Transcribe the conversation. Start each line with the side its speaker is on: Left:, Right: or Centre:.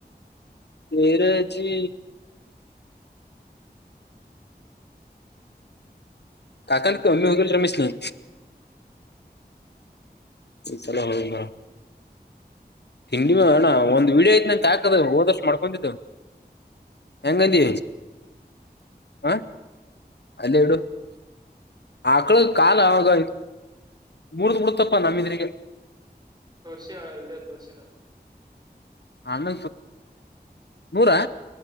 Left: ತೆರೆ ಜೀ ಕಾಕ ನಕ್ಕೆಮ್ಮೀ ಹೋಗ ರಮೇಶ ನೀ ಸಲಾಮು ತಿಂಡಿ ಅಣ್ಣ ಒಂದು ವಿಡಿಯೋ ಐತೆ ನಂಕ್ ಹಾಕದ ಹೋದ ವರ್ಷ ಮಾಡ್ಕೊಡಿದ್ದು ಎಂಗಂದಿ ಹ ಅಲ್ಲೇ ಇಡು ಆಕಳ ಕಾಲ ಅವಾಗ ಮುರ್ದು ಬಿಡ್ತಪ್ಪ ನಮಿದ್ರಿಗೆ
Right: ತುಳಸಿ ಒಳಗ ತುಳಸಿನ
Left: ಅನ್ನ ನೂರಾ